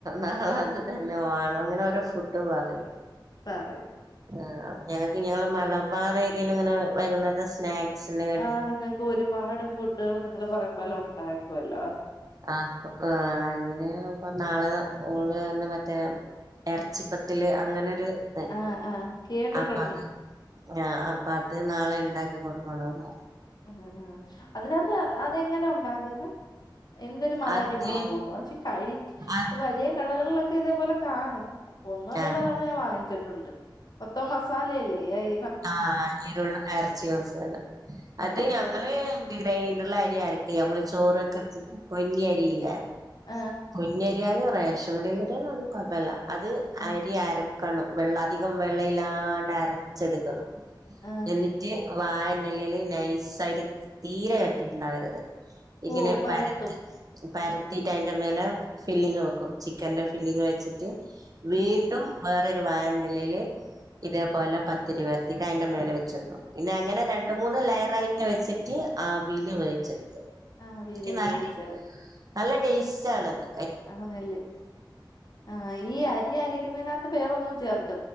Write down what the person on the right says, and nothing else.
നാളെ അത് തന്നെ വാണം അങ്ങനെ ഓരോ ഫുഡ് പറിം
ആ അപ്പൊ ഞങ്ങക്ക് ഞങ്ങളെ മലബാർ ഏരിയയിൽ ഇങ്ങനെ വൈകുന്നേരത്തെ സ്നാക്സി ക
ആ ആ ഇങ്ങനെ ഇപ്പൊ നാളെ ഓള്ന്ന മറ്റേ ഇറച്ചിപ്പത്തില് അങ്ങനൊരു ത്
അപ്പ അത് ആ അപ്പ അത് നാളെ ഇണ്ടാക്കി കൊടുക്കണോന്ന് പർ
അത്
അത്
ആ
ആ എരുള്ള എറച്ചി മസാല
അത് ഞങ്ങള് ഗ്രൈൻഡറില് അരി ആരക്കേയ് അമ്മള് ചോറൊക്ക്ണ്ട പൊന്നി അരിയില്ലേ
പൊന്നിരിയാലും റേഷൻപീടീലരി ആണേലും ഒന്നും കുഴപ്പല്ല അത്
അരി അര ക്കണം വെള്ള അധികം വെള്ളയില്ലാണ്ട് അരച്ചെടുക്കണം
എന്നിട്ട് വായന്റെ ഇലേല് നൈസായിട്ട് തീരെ കട്ടിയുണ്ടാവരുത് ഇങ്ങനെ
പരത്ത് പരത്തീട്ട് അതിന്റെ മേലെ ഫില്ലിങ്ങ് വെക്കും ചിക്കന്റെ ഫില്ലിങ്ങ് വെച്ചിട്ട് വീണ്ടും
വേറൊരു വായൻറെലില് ഇതേപോലെ പ തിരിവരുത്തിട്ട് അതിന്റെ മേലെ വെച്ചെടുക്കും പിന്നെ അങ്ങനെ രണ്ട് മൂന്ന് ലെയറായി വെച്ചിട്ട് ആവില് വേവിച്ചെടുക്ക
ക്ക് നാലണ്ണേയ്
നല്ല ടേസ്റ്റ് ആളളത്